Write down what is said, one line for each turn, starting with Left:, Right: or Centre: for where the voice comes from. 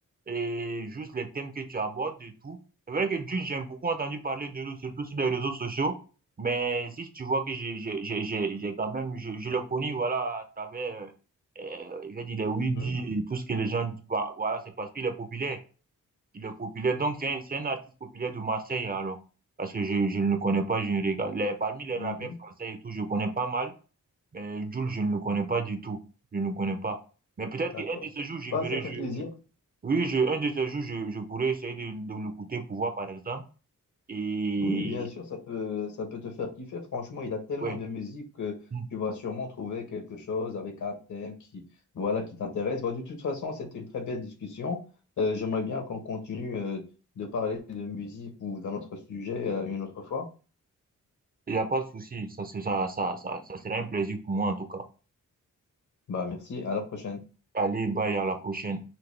Right: et juste les thèmes que tu abordes et tout. C'est vrai que Jules, j'ai beaucoup entendu parler de lui, surtout sur les réseaux sociaux. Mais si tu vois que j'ai, j'ai, j'ai, j'ai j'ai quand même, je, je le connais, voilà, à travers, euh, euh, je vais dire, les oui
Left: Mhm,
Right: et tout ce que les gens disent. bah, Voilà, c'est parce qu'il est populaire. Il est populaire. Donc, c'est un, c'est un artiste populaire de Marseille, alors. Parce que je, je ne le connais pas, je ne regarde. les- parmi les
Left: mhm,
Right: rappeurs français et tout, je connais pas mal. Mais Jul, je ne le connais pas du tout. Je ne le connais pas. Mais peut-être
Left: d'accord.
Right: qu'un de ces jours, je
Left: Bah,
Right: verrai.
Left: ça fait
Right: Je,
Left: plaisir.
Right: je- oui, je, un de ces jours, je, je pourrais essayer de, de l'écouter pour voir, par exemple. Et
Left: Oui, bien sûr, ça peut, ça peut te faire kiffer. Franchement, il a tellement
Right: ouais,
Left: de musique que
Right: hmm,
Left: tu vas sûrement trouver quelque chose avec un thème qui, voilà, qui t'intéresse. Bah, de toute façon, c'était une très belle discussion. Euh, j'aimerais bien qu'on continue, euh, de parler de musique ou d'un autre sujet, euh, une autre fois.
Right: il n'y a pas de souci. Ça, c'est- ça, ça, ça, ça sera un plaisir pour moi, en tout cas.
Left: Bah, merci, à la prochaine.
Right: Allez, bye, à la prochaine.